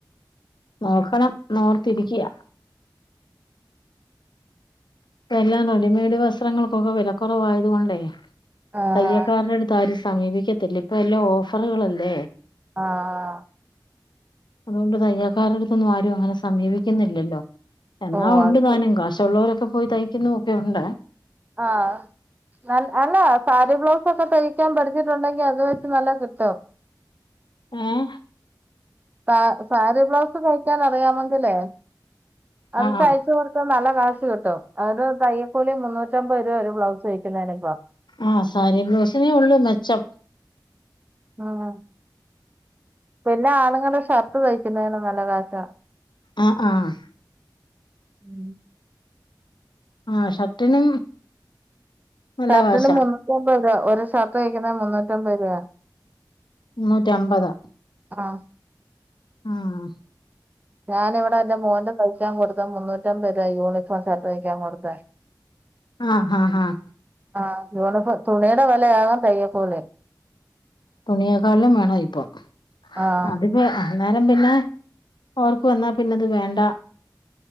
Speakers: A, on the left (about 80°); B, on the right (about 20°).
A: നോക്കണംന്നോർത്തിരിക്കയാ ഇപ്പെല്ലാം റെഡിമെയ്ഡ് വസ്ത്രങ്ങൾക്കൊക്കെ വെല കൊറവായതൊണ്ടേ
B: ആഹ്
A: തയ്യക്കാരടുത്താരും സമീപിക്കത്തില്ല ഇപ്പെല്ലാം ഓഫറുകളല്ലേ
B: ആഹ്........
A: അതുകൊണ്ട് തയ്യൽക്കാരട്ത്തൊന്നു ആരുവങ്ങനെ സമീപിക്കുന്നില്ലല്ലോ എന്നാ
B: ഓഹ്
A: ഒണ്ട്
B: അത്
A: താനും
B: ശരി
A: കാശൊള്ളോരൊക്കെ പോയി തയ്ക്കുന്നു ഒക്കെ ഒണ്ട്
B: ആഹ് അല്ല സാരി ബ്ലൗസക്കെ തയ് തയ്ക്കാ പഠിച്ചിട്ടുണ്ടെങ്കിൽ അത് വെച്ച് നല്ല കിട്ടും
A: ഏഹ്....
B: സ സാരി ബ്ലൗസ് തയ്ക്കാനറിയാമെങ്കിലേ അത്
A: ആഹ്
B: തയ്ച്ചു കൊ ഇപ്പം നല്ല കാശ് കിട്ടും. അത് തയ്യക്കൂലി മുന്നൂറ്റമ്പത് രൂപയ ഒരു ബ്ലൗസ് തയ്യ്ക്കുന്നേനിപ്പം.
A: ആഹ് സാരി ബ്ലൗസിനേ ഉള്ളൂ മെച്ചം.
B: ഉം. പിന്നാണുങ്ങടെ ഷർട്ട് തയ്ക്കുന്നേന് നല്ല കാശാ.
A: ആഹ് ആഹ്
B: ഉം
A: ആ ഷർട്ടിനും നല്ല
B: ഷർട്ടിന്
A: കാശാ
B: മുന്നൂറ്റിമ്പത് രൂപ ഒരു ഷർട്ട് തയ്ക്കുന്നതിന് മുന്നൂറ്റിമ്പത് രൂപ.
A: മുന്നൂറ്റമ്പതാ.
B: ആഹ്
A: ഉം
B: ഞാനിവിടെ എന്റെ മോന്റെ തയ്ക്കാൻ കൊടുത്ത മുന്നൂറ്റമ്പത് രൂപയ്ക്കാ യൂണിഫോം ഷർട്ട് തയ്യ്ക്കാൻ കൊടുത്തേ.
A: ആഹ് ആഹ് ആഹ്
B: ആ യൂണിഫോം. തുണിയുടെ വിലയാകും തയ്യകൂലി.
A: തുണിയക്കാളിലും വേണം ഇപ്പൊ
B: ആഹ്
A: അതും വേണം അന്നേരം പിന്നെ ഓർക്ക് വന്നാ പിന്നെത് വേണ്ട